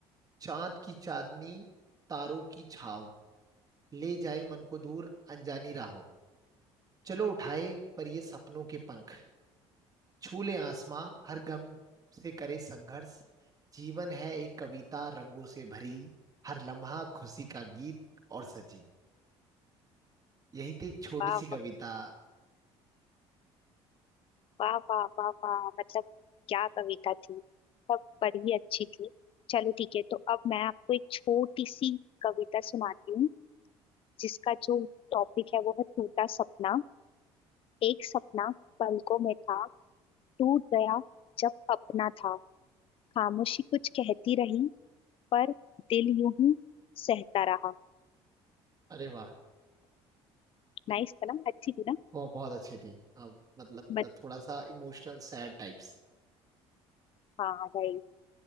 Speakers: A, on the right; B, on the left.
A: चांद की चांदनी तारों की छाव ले जाए मन को दूर अनजानी राहों चलो उठाए पर ये सपनों के पंख छू ले आसमां हर गम से करे संघर्ष जीवन है एक कविता रंगों से भरी हर लम्हा खुशी का गीत और सजी यही थी एक छोटी
B: वाह
A: सी कविता
B: वाह वाह वाह वाह वाह मतलब क्या कविता थी सब बड़ी ही अच्छी थी चलो ठीक है तो अब मैं आपको एक छोटी सी कविता सुनाती हूँ जिसका जो टॉपिक है वो है टूटा सपना एक सपना पलकों में था टूट गया जब अपना था खामोशी कुछ कहती रही पर दिल यूं ही सहता रहा
A: अरे वाह
B: नाइस था ना अच्छी थी ना
A: बहुत बहुत अच्छी थी अब मतलब
B: बट
A: थोड़ा सा इमोशनल सैड टाइप्स
B: हाँ भाई